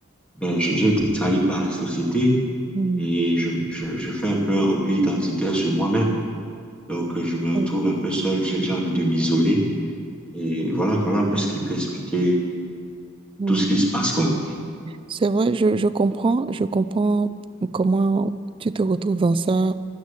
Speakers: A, in the centre; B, on the right.
A: ben, je- j'ai été trahi par la société
B: Mm,
A: et je, je, je fais un peu un repli identitaire sur moi-même. Donc, euh, je me retrouve
B: mm,
A: un peu seul, j'ai j'ai envie de m'isoler et voilà, voilà un peu ce qui peut expliquer
B: mm.
A: tout ce qui se passe, quoi.
B: C'est vrai, je, je comprends, je comprends comment tu te retrouves dans ça,